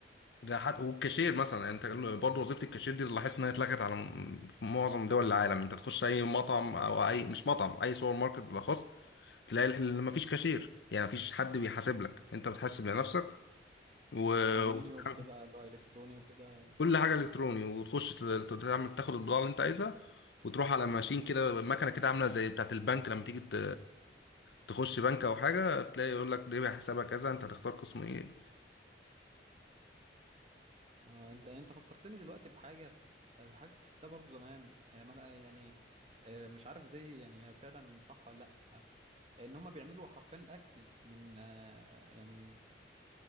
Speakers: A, on the left; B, on the right.
A: ده حد... والكاشير مثلا يعني انت برضه وظيفه الكاشير دي اللي لاحظت انها اتلغت على م- في معظم دول العالم انت تخش اي مطعم او اي مش مطعم اي سوبر ماركت بالاخص تلاقي ال- مفيش كاشير يعني مفيش حد بيحاسب لك انت بتحاسب لنفسك و...
B: والمنيو
A: وتتعامل
B: بتبقى اللي هو الكتروني وكده
A: كل حاجه الكتروني وتخش ت- ت- تعمل تاخد البضاعه اللي انت عايزها وتروح على ماشين كده مكنه كده عامله زي بتاعه البنك لما تيجي ت... تخش بنك او حاجه تلاقي يقول لك ده حسابها كذا انت هتختار قسم ايه
B: اه انت انت فكرتني دلوقتي بحاجه آه، حاجه كنت شفتها برضو زمان آه، مالها- يعني آه، مش عارف دي يعني هي فعلا صح ولا لا ان هم بيعملوا حرفيا الاكل من آه، يعني